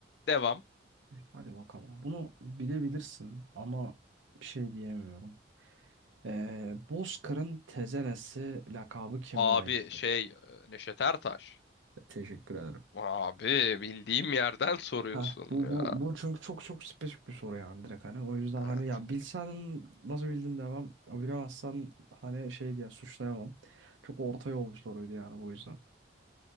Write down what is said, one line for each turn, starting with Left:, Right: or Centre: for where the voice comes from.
Left: Devam.
Right: Hadi bakalım. Bunu bilebilirsin ama bir şey diyemiyorum. Ee, Bozkır'ın tezenesi lakabı kime
Left: Abi
Right: aittir?
Left: şey e, Neşet Ertaş.
Right: Teşekkür ederim.
Left: Abi bildiğim yerden soruyorsun
Right: Heh, bu,
Left: ya.
Right: bu, bu çünkü çok çok spesifik bir soru yani direkt hani. O yüzden
Left: Evet.
Right: hani ya bilsen nasıl bildin demem. ya Bilemezsen hani şey diye suçlayamam. Çok orta yol bir soruydu yani bu yüzden.